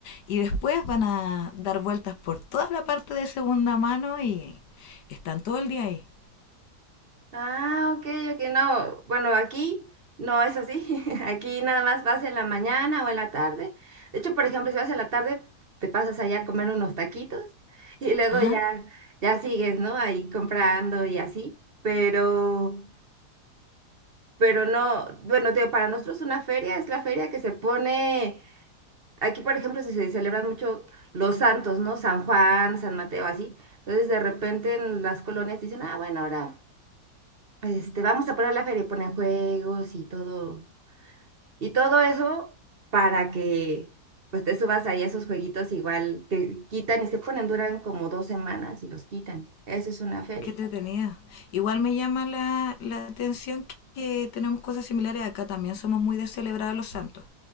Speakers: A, on the left; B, on the right.
A: y después van a dar vueltas por toda la parte de segunda mano y están todo el día ahí.
B: Ah, ok, ok, no. Bueno, aquí no es así. <laughs> Aquí nada más vas en la mañana o en la tarde. De hecho, por ejemplo, si vas en la tarde, te pasas allá a comer unos taquitos <laughs> y luego
A: Ajá.
B: ya, ya sigues, ¿no? Ahí comprando y así. Pero, pero no, bueno, te digo, para nosotros una feria es la feria que se pone. Aquí, por ejemplo, se, se celebran mucho los santos, ¿no? San Juan, San Mateo, así. Entonces, de repente en las colonias dicen, ah, bueno, ahora. Este, vamos a parar la feria y ponen juegos y todo, y todo eso para que pues te subas ahí a esos jueguitos igual te quitan y se ponen, duran como dos semanas y los quitan. Eso es una feria.
A: Qué entretenido. Igual me llama la, la atención que, que tenemos cosas similares acá. También somos muy de celebrar a los santos.